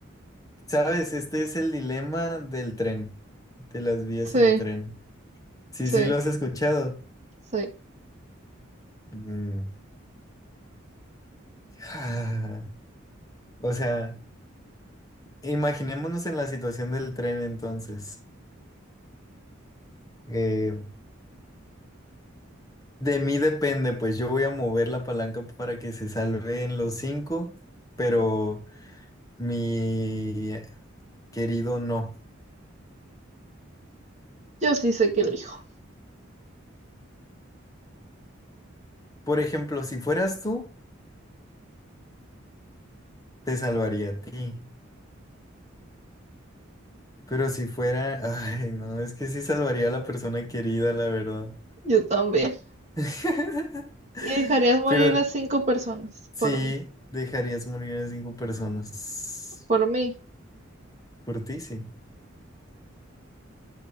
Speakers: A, on the left; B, on the right.
A: ¿Sabes? Este es el dilema del tren, de las vías
B: Sí,
A: y el tren. Sí,
B: sí,
A: sí, lo has escuchado.
B: sí.
A: Mm. <laughs> <sighs> O sea, imaginémonos en la situación del tren entonces. Eh, de mí depende, pues yo voy a mover la palanca para que se salven los cinco, pero mi querido no.
B: Yo sí sé que elijo.
A: Por ejemplo, si fueras tú, te salvaría a ti. Pero si fuera, <laughs> ay, no, es que sí salvaría a la persona querida, la verdad.
B: Yo también.
A: <laughs>
B: ¿Y dejarías morir
A: Pero
B: a cinco personas
A: sí,
B: por mí?
A: dejarías morir a cinco personas.
B: Por mí.
A: Por ti, sí.